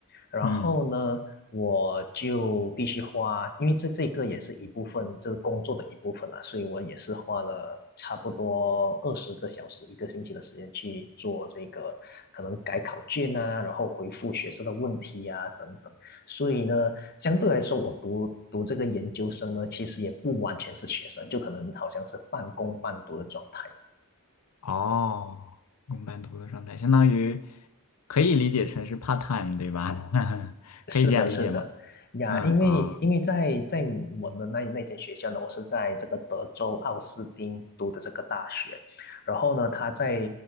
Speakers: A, on the left (about 45°); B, on the left (about 90°).
A: 然后呢，
B: 嗯。
A: 我就必须花，因为这这个也是一部分，这个工作的一部分啦，所以我也是花了差不多二十个小时，一个星期的时间去做这个，可能改考卷啊，然后回复学生的问题啊，等等。所以呢，相对来说，我读读这个研究生呢，其实也不完全是学生，就可能好像是半工半读的状态。
B: 哦，公办读的状态，相当于可以理解成是 part time，对吧？<laughs>
A: 是的，
B: 可以这样理解吗？
A: 是的，呀，
B: 嗯啊，
A: 因为因为在在我们那那间学校呢，我是在这个德州奥斯汀读的这个大学，然后呢，他在